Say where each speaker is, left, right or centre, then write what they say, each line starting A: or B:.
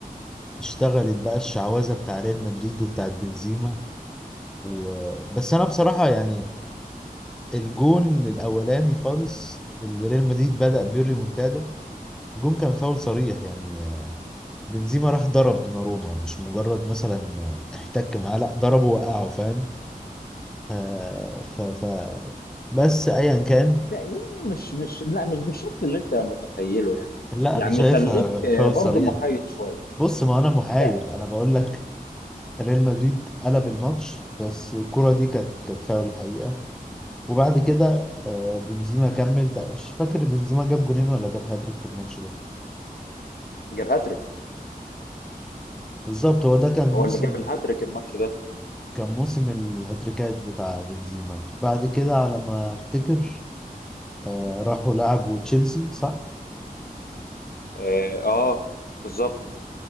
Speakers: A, in the centre; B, on the left.
A: اشتغلت بقى الشعوذة بتاع ريال مدريد وبتاعت بنزيما و... بس انا بصراحه يعني الجون الاولاني خالص اللي ريال مدريد بدأ بيه الريمونتادا الجون كان فاول صريح يعني بنزيما راح ضرب دوناروما مش مجرد مثلا احتك معاه لا ضربه وقعه فاهم آه ف... ف بس ايا كان
B: لا يعني مش مش لا مش بالشكل اللي انت متخيله يعني
A: لا
B: يعني
A: انا شايفها
B: خليك آه،
A: فاول
B: برضه
A: صريح
B: محايد شويه
A: بص ما انا محايد
B: لا
A: انا
B: ماشي
A: بقول لك ريال مدريد قلب الماتش بس الكرة دي كانت كانت فاول الحقيقة وبعد كده آه، بنزيما كمل تق- مش فاكر بنزيما جاب جونين ولا جاب هاتريك في الماتش ده
B: جاب هاتريك
A: بالظبط هو ده كان
B: هو
A: موسم
B: اللي جاب الهاتريك الماتش ده
A: كان موسم الهاتريكات بتاع بنزيما بعد كده على ما افتكر آه، راحوا لعبوا تشيلسي صح
B: اه, آه بالظبط